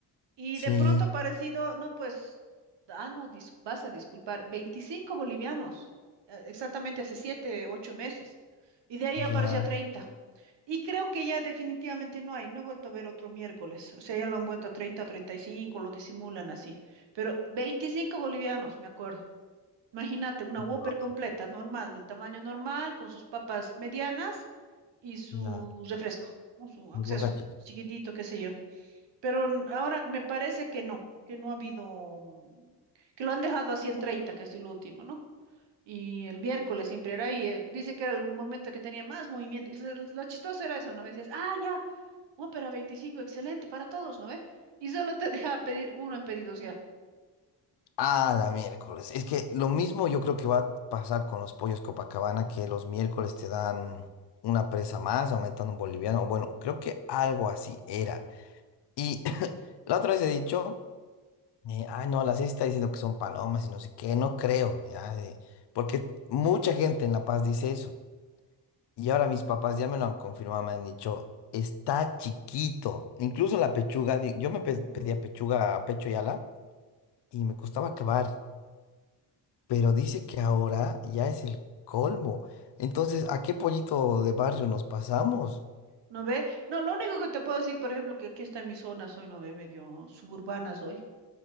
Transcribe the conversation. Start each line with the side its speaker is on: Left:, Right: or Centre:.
Right: Y
Left: Sí,
Right: de pronto parecido, no, pues, ah, no, dis- vas a disculpar, 25 bolivianos, eh, exactamente hace 7, 8 meses. Y de ahí
Left: ya,
Right: apareció a Wow. 30. Y creo que ya definitivamente no hay, no he vuelto a ver otro miércoles. O sea, ya lo han vuelto a 30 o 35, lo disimulan así. Pero 25 bolivianos, me acuerdo. Imagínate, una
Left: Wow,
Right: Whopper completa, normal, del tamaño normal, con sus papas medianas y su
Left: ya.
Right: refresco, ¿no? Su, aunque
Left: Mi boca
Right: sea su chiquitito, qué sé yo. Pero n- ahora me parece que no, que no ha habido, mm, que lo han dejado a ciento treinta que es lo último, ¿no? Y el miércoles siempre era ahí, eh, dice que era el momento que tenía más movimiento. Y lo, lo chistoso era eso, ¿no? Me decías, ah, ya, Ópera 25 excelente para todos, ¿no ve? Y solo te <laughs> dejaba pedir uno en pedidos ya.
Left: Ah, la miércoles. Es que lo mismo yo creo que va a pasar con los pollos Copacabana, que los miércoles te dan una presa más, aumentando un boliviano. Bueno, creo que algo así era. Y <laughs> <clears throat> la otra vez he dicho, eh, ay no, la CIS está diciendo que son palomas y no sé qué, no creo, ya, de- porque mucha gente en La Paz dice eso. Y ahora mis papás ya me lo han confirmado, me han dicho, está chiquito. Incluso la pechuga, di- yo me pe- pedía
Right: Mm,
Left: pechuga, pecho y ala, y me costaba acabar. pero dice que ahora ya es el colmo. Entonces, ¿a qué pollito de barrio nos pasamos?
Right: ¿No ve? No, lo único que te puedo decir, por ejemplo, que aquí está en mi zona, soy, ¿no ve? Medio suburbana soy.